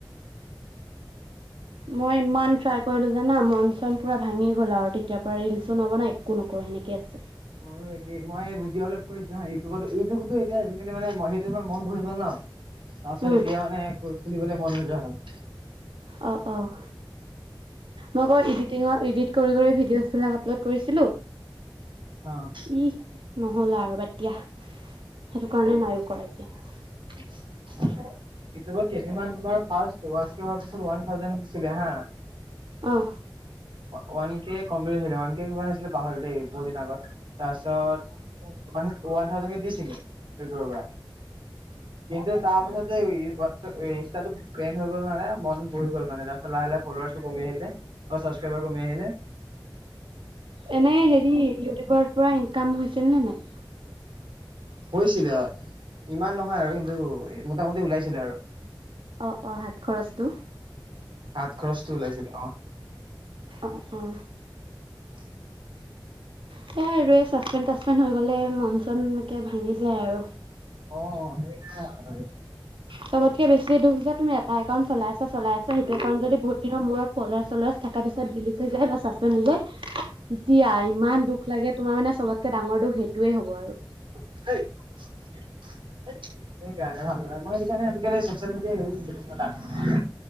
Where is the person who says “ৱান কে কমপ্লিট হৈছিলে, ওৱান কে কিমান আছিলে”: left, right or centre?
Right